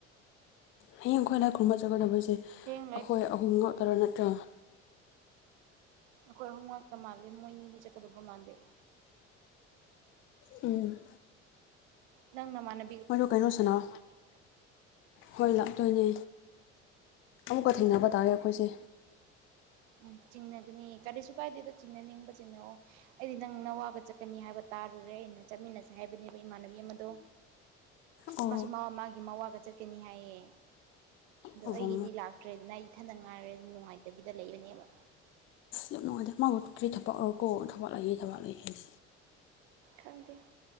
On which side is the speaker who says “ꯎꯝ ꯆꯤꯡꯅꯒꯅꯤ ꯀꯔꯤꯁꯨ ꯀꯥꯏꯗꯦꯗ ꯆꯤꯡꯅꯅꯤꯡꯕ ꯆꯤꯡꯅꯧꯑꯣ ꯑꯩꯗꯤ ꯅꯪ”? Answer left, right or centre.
Right